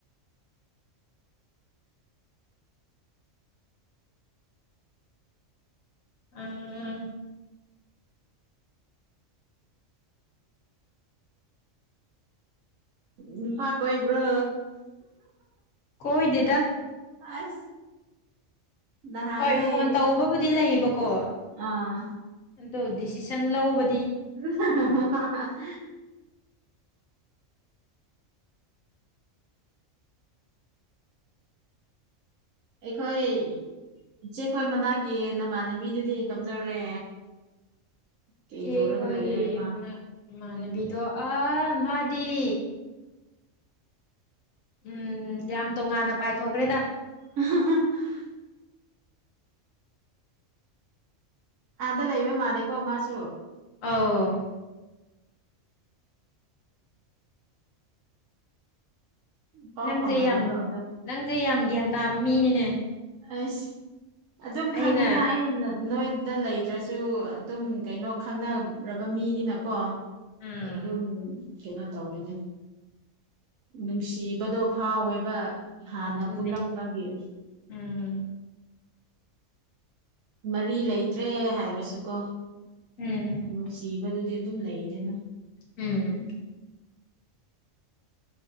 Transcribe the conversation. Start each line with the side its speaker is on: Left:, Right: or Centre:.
Left: ꯎꯝ
Right: ꯅꯨꯄꯥ ꯀꯣꯏꯕ꯭ꯔꯣ
Left: ꯀꯣꯣꯏꯗꯦꯗ
Right: ꯑꯁ ꯅꯍꯥꯟꯈꯩ
Left: ꯍꯣꯏ ꯐꯣꯟ ꯇꯧꯕꯕꯨꯗꯤ ꯂꯩꯌꯦꯕꯀꯣ
Right: ꯑꯥ
Left: ꯑꯗꯣ ꯗꯤꯁꯤꯖꯟ ꯂꯧꯕ
Right: <inaudible> ꯑꯩꯈꯣꯏ ꯏꯆꯦꯈꯣꯏ ꯃꯅꯥꯛꯀꯤ ꯅꯃꯥꯟꯅꯕꯤꯗꯨꯗꯤ ꯀꯝꯗꯧꯔꯦ ꯀꯩꯗꯧꯔꯒ
Left: ꯆꯦ ꯈꯣꯏꯒꯤ
Right: ꯂꯩꯔꯦ ꯃꯥ
Left: ꯃꯅꯥꯛ ꯏꯃꯟꯅꯕꯤꯗꯣ ꯑ ꯃꯥꯗꯤ ꯎꯝ ꯌꯥꯝ ꯇꯣꯉꯥꯟꯅ ꯄꯥꯏꯊꯣꯛ ꯈ꯭ꯔꯦꯗ
Right: <inaudible> ꯑꯥꯗ ꯂꯩꯕ ꯃꯥꯅꯤꯀꯣ ꯃꯥꯁꯨ
Left: ꯑꯥꯎ
Right: ꯄꯥꯎ
Left: ꯅꯪꯁꯦ
Right: ꯐꯥꯎꯅꯗꯕ꯭ꯔꯣ
Left: ꯌꯥꯝ
Right: ꯑꯗꯣ
Left: ꯅꯪꯁꯦ ꯌꯥꯝ ꯒ꯭ꯌꯥꯟ ꯇꯥꯕ ꯃꯤꯅꯤꯅꯦ
Right: ꯑꯩꯁ ꯑꯗꯨꯝ
Left: ꯑꯩꯅ
Right: ꯈꯪꯉꯤꯅ ꯑꯩꯅ ꯅꯣꯏꯗ ꯂꯩꯗ꯭ꯔꯁꯨ ꯑꯗꯨꯝ ꯀꯩꯅ ꯈꯪꯅꯔꯕ ꯃꯤꯅꯤꯅꯀꯣ
Left: ꯎꯝ
Right: ꯑꯗꯨꯝ ꯀꯩꯅꯣ ꯇꯧꯋꯦꯅꯦ ꯅꯨꯡꯁꯤꯕꯗꯣ ꯐꯥꯎꯋꯦꯕ ꯍꯥꯟ
Left: ꯑꯗꯨꯅꯦ
Right: ꯅ ꯄꯨꯂꯝꯕꯒꯤ
Left: ꯎꯝ
Right: ꯃꯔꯤ ꯂꯩꯇ꯭ꯔꯦ ꯍꯥꯏꯔꯁꯨꯀꯣ
Left: ꯎꯝ
Right: ꯅꯨꯡꯁꯤꯕꯗꯨꯗꯤ ꯑꯗꯨꯝ ꯂꯩꯗꯅ
Left: ꯎꯝ